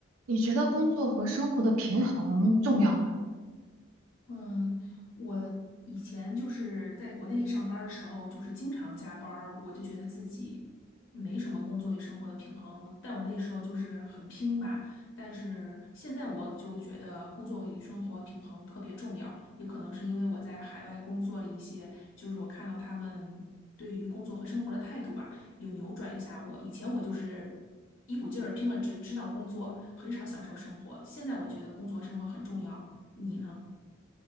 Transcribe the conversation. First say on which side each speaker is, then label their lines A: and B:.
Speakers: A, on the right; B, on the left.
A: 你觉得工作和生活的平衡重要吗？
B: 嗯，我以前就是在国内上班儿的时候，就是经常加班儿，我就觉得自己没什么工作与生活的平衡。我，但我那时候就是很拼吧，但是现在我就觉得工作与生活平衡特别重要，也可能是因为我在海外工作了一些，就是我看到他们对于工作和生活的态度吧，有扭转一下我。以前我就是一股劲儿拼了，只知道工作，很少享受生活。现在我觉得工作和生活很重要，你呢？